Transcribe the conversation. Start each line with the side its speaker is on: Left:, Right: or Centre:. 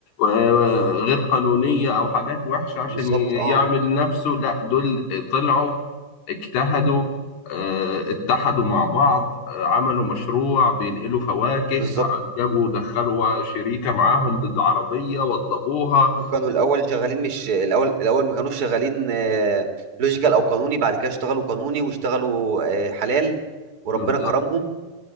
Left: آه، غير قانونيه او حاجات وحشه عشان
Right: بالظبط
Left: ي-
Right: اه
Left: يعمل نفسه لا دول طلعوا اجتهدوا آه، اتحدوا مع بعض آه، عملوا مشروع بينقلوا فواكه
Right: بالظبط
Left: جابوا دخلوا شريكة معاهم بالعربية وضبوها
Right: وكانوا الاول شغالين مش الاول الاول ما كانوش شغالين لوجيكال او قانوني بعد كده اشتغلوا قانوني واشتغلوا آه، حلال وربنا
Left: بالظبط
Right: كرمهم